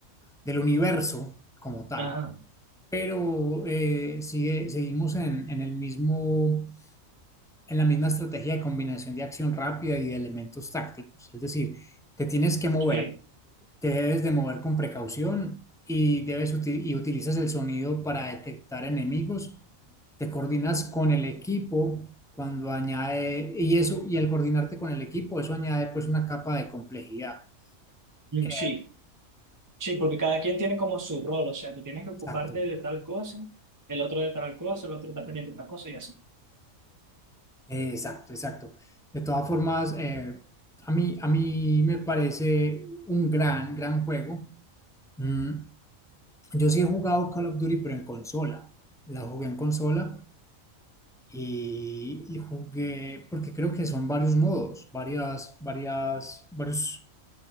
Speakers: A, in the centre; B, on the right.
A: del universo como tal.
B: ajá.
A: Pero eh, sigue, seguimos en, en el mismo en la misma estrategia de combinación de acción rápida y de elementos tácticos. Es decir, te tienes que mover,
B: Sí,
A: te debes de mover con precaución y, debes uti- y utilizas el sonido para detectar enemigos, te coordinas con el equipo cuando añade, y eso, y al coordinarte con el equipo, eso añade pues una capa de complejidad.
B: mm,
A: Eh,
B: sí, sí, porque cada quien tiene como su rol, o sea, tú tienes que ocuparte
A: exacto,
B: de tal cosa, el otro de tal cosa, el otro está pendiente de otra cosa y así.
A: eh, exacto, exacto. De todas formas, eh, a mí, a mí me parece un gran, gran juego. Mm, Yo sí he jugado Call of Duty, pero en consola. La jugué en consola y, y jugué, porque creo que son varios modos, varias, varias, varios,